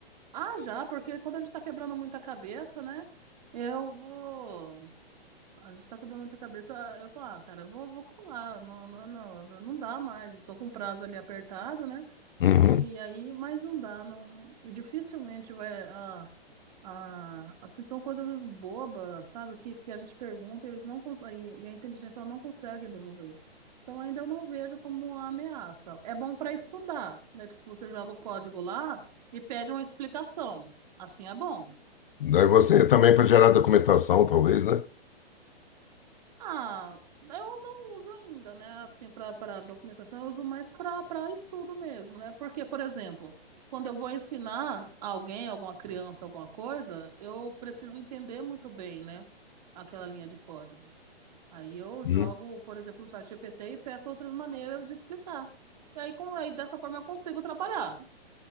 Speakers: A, on the right; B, on the left.
A: Ah, já, porque quando a gente tá quebrando muita cabeça, né? Eu vou. A gente tá quebrando muita cabeça. Eu falo, ah, cara, eu vou, vou colar. Não, não, não, não dá mais. Eu tô com o prazo ali apertado, né?
B: Uhum.
A: E aí, mas não dá, não, dificilmente vai, ah, ah, assim, são coisas às vezes bobas, sabe, que, que a gente pergunta e eles não conseguem, e a inteligência ela não consegue devolver. Então ainda eu não vejo como uma ameaça. É bom para estudar, né, tipo, você joga o código lá e pede uma explicação, assim é bom.
B: Daí você também para gerar documentação, talvez, né?
A: Ah, eu não uso ainda, né? Assim, para para documentação, eu uso mais para para estudo mesmo, né? Porque, por exemplo, quando eu vou ensinar alguém, alguma criança, alguma coisa, eu preciso entender muito bem, né? Aquela linha de código. Aí eu jogo,
B: Uhum.
A: por exemplo, no chat GPT e peço outras maneiras de explicar. E aí, com, aí dessa forma, eu consigo trabalhar.